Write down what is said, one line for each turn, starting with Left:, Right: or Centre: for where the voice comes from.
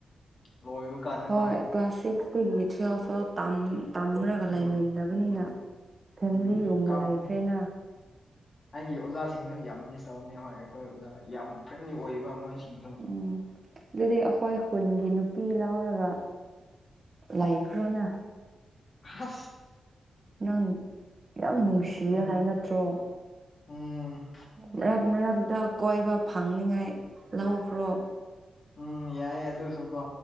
Left: ꯂꯣꯏꯕ ꯀꯥꯟꯗꯀꯣ
Right: ꯍꯣꯏ ꯀ꯭ꯂꯥꯁ ꯁꯤꯛꯁ ꯗꯒꯤ ꯇꯨꯋꯦꯜꯞ ꯐꯥꯎ ꯇꯝ ꯇꯝꯔꯒ
Left: ꯎꯝ
Right: ꯂꯩꯃꯤꯟꯅꯕꯅꯤꯅ ꯐꯦꯃꯤꯂꯤꯒꯨꯝꯕ
Left: ꯎꯝ ꯀꯥꯞꯄꯅꯤ
Right: ꯂꯩꯥꯈ꯭ꯔꯦꯅ
Left: ꯑꯩꯒꯤ ꯑꯣꯖꯥꯁꯤꯡꯁꯨ ꯌꯥꯝ ꯃꯤꯁ ꯇꯧꯕꯅꯦ ꯍꯣꯏ ꯑꯩꯈꯣꯏ ꯑꯣꯖꯥ ꯌꯥꯝ ꯐ꯭ꯔꯦꯟꯂꯤ ꯑꯣꯏꯕ ꯃꯣꯏꯁꯤꯡꯁꯨ
Right: ꯎꯝ ꯑꯗꯨꯗꯤ ꯑꯩꯈꯣꯏ ꯈꯨꯟꯒꯤ ꯅꯨꯄꯤ ꯂꯧꯔꯒ ꯂꯥꯏꯈ꯭ꯔꯣꯅ
Left: ꯍꯥ
Right: ꯅꯪ ꯌꯥꯝ ꯅꯨꯡꯁꯤꯌꯦ
Left: ꯎꯝ
Right: ꯍꯥꯏ ꯅꯠꯇ꯭ꯔꯣ
Left: ꯎꯝ
Right: ꯃꯔꯛ ꯃꯔꯛꯇ ꯀꯣꯏꯕ ꯐꯪꯅꯤꯉꯥꯏ ꯂꯧꯈ꯭ꯔꯣ
Left: ꯎꯝ ꯌꯥꯏꯌꯦ ꯑꯗꯨꯁꯨ ꯀꯣ